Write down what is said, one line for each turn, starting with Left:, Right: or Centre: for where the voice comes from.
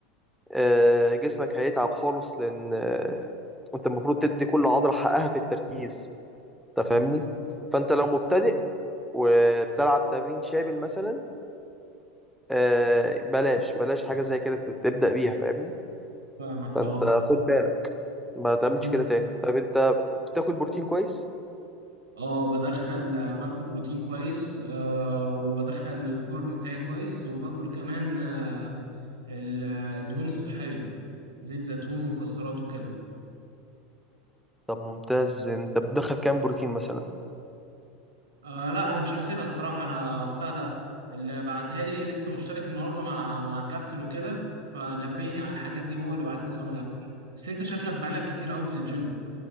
Centre: آه، جسمك هيتعب خالص لان آه، انت المفروض تدي كل عضلة حقها في التركيز انت
Right: مم.
Centre: فاهمني فانت لو مبتدئ وبتلعب تمرين شامل مثلا آه، بلاش بلاش حاجه زي كده تبدا بيها فاهمني
Right: فاهمك
Centre: فانت
Right: اه
Centre: خد بالك ما تعملش
Right: أنت-
Centre: كده تاني طب انت بتاكل بروتين كويس
Right: اه بدخل آه، باكل بروتين كويس آه وبدخل الكارب بتاعي كويس وباكل كمان آه ال- الدهون الصحيه زيت زيتون ومكسرات وكده
Centre: طب ممتاز انت بتدخل كام بروتين مثلا
Right: آه لا انا مش حاسبها الصراحه انا بتاع ده اللي بعتها لي لسه مشترك النهارده مع مع كابتن وكده فنبهني على الحاجات دي هو اللي بعت لي نظام الاكل بس انت شكلك بقالك كتير قوي في الجيم